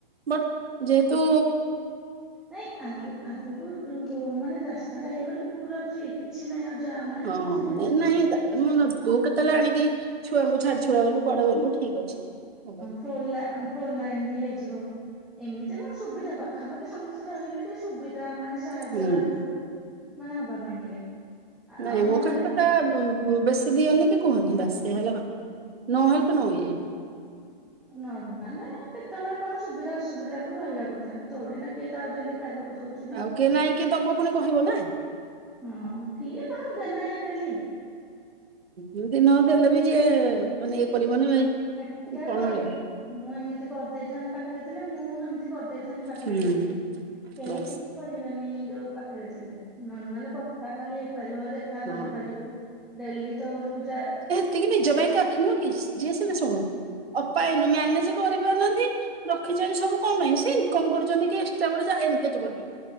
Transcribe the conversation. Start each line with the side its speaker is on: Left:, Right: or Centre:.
Right: ବଟ୍ ଯେହେତୁ
Centre: ନାଇଁ ଆଗ ଆଗକୁ ଯୋ ମାନେ ରାସ୍ତା ଟା ହେଇଗଲେ ପୁରା ଫ୍ରି। କିଛି ନାଇଁ ଆଉ ଯାମ୍ ନାହିଁ।
Right: ହଁ
Centre: କିଛି ନାହିଁ।
Right: ନାଇଁ ନାଇଁ ତାପରେ ମୁଁ ତୁ କେତେ ତାହେଲେ ଆଣିକି ଛୁଆଙ୍କୁ ଛାଡି ଛୁଡ଼ା ଗଲୁ କୁଆଡେ ଗଲୁ ଠିକ୍ ଅଛି ହଁ।
Centre: ଫୋର ଲା ଫୋର ଲାଇନ୍ ବି ହେଇଯିବ। ଏମିତି କଣ ସୁବିଧା ପାଖାପାଖି ସମସ୍ତେ ରହିଲେ ଟିକେ ସୁବିଧା ମାନେ ସାହାଯ୍ୟ
Right: ହୁଁ
Centre: ହେଲ୍ଫ ଫୁଲ ମାନେ ହବା ପାଇଁ ଟିକେ।
Right: ନାଇଁ
Centre: ଆଉ
Right: ମୋ
Centre: ନହେଲେ
Right: କହିବା କଥା ବେଶୀ ଦିଅନି କି କୁହନି ବାସ ଏଇଆ ହେଲା କଥା। ନୋ ହେଲ୍ପ ନୋ ଇଏ।
Centre: ନର ମାନେ କେତେବେଳେ କଣ ସୁବିଧା ଅସୁବିଧା କୁ ରହିବା କଥା ତୋଡି ନା କିଏ କାହାକୁ ଡେଲି ଖାଇବାକୁ ଦଉଚି।
Right: ଆଉ କିଏ ନାଇଁକି କିଏ ଦବ ପୁଣି କହିବ ନା।
Centre: ହଁ କିଏ କାହାକୁ ଦେଲାଣି ଡେଲି।
Right: ହୁଁ ଦିନ ଅଧେ ଦେଲେ ବି ଯିଏ ମାନେ ଇଏ କରିବନି ଭାଇ।
Centre: ହେଟା
Right: କଣ
Centre: କହିବେ
Right: ମିଳିବ
Centre: ମୁଁ ଏମିତି କରିଦେଇଥାନ୍ତି ପାଖରେ ଥିଲେ ମୁଁ ଏମିତି କରଦେଇ ଥାନ୍ତି ପାଖରେ
Right: ହୁଁ
Centre: ଥିଲେ କେହି
Right: ବାସ୍
Centre: କି କରିବେନି ଯୋଉ ପାଖରେ ଥିଲେ ନର୍ମାଲି କଥା ଖାଲି ହେଇପାରିବ ଦେ ଦେଖା
Right: ହଁ।
Centre: କରିପାରିବୁ ଡେଲି ତ ଘରକୁ ଯା
Right: ଏତିକି ନିଜ ପାଇଁ କାଫି ନୁହ କି ଯିଏ ସିନା ଶୁଣୁ ଅପା ଇନୁ ମ୍ୟାନେଜେ କରିପାରୁନାହାନ୍ତି। ରଖିଚନ୍ତି ସବୁ ଙ୍କ ପାଇଁ ସେ ଇନକମ କରୁଚନ୍ତି ଏକ୍ସଟ୍ରା ଗୋଟେ ଯା ଏନ୍ ଗେଜ୍ ବୋଲି।